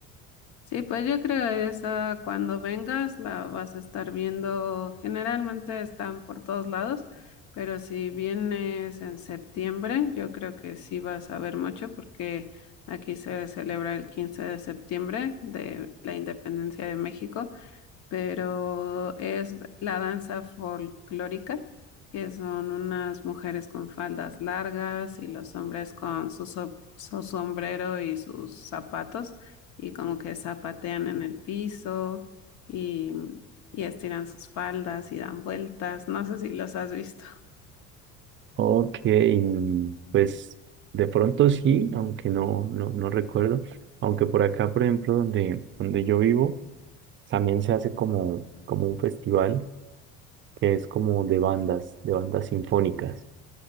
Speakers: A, on the left; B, on the right.
A: Sí, pues yo creo esa cuando vengas la vas a estar viendo. Generalmente están por todos lados, pero si vienes en septiembre, yo creo que sí vas a ver mucho porque aquí se celebra el 15 de septiembre de la independencia de México pero es la danza folclórica, que son unas mujeres con faldas largas y los hombres con su, so- su sombrero y sus zapatos y como que zapatean en el piso y, y estiran sus faldas y dan vueltas. No sé si los has visto.
B: Ok, pues de pronto sí, aunque no, no, no recuerdo, aunque por acá, por ejemplo, donde, donde yo vivo, también se hace como, como un festival que es como de bandas, de bandas sinfónicas.